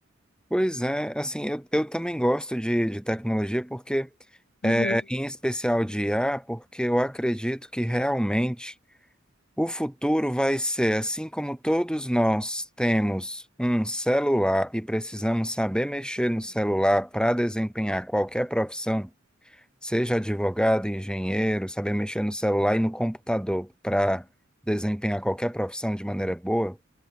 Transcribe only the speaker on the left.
Uhum.
Uhum,
Verdade.